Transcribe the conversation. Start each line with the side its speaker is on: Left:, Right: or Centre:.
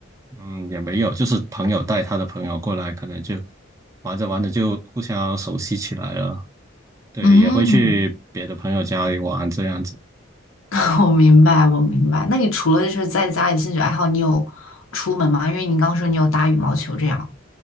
Right: 嗯，也没有，就是朋友带他的朋友过来，可能就玩着玩着就互相熟悉起来了。对，
Left: 嗯，
Right: 也会去别的朋友家里玩这样子。
Left: <laughs> 我明白，我明白。那你除了就是在家里兴趣爱好，你有出门吗？因为你刚刚说你有打羽毛球这样。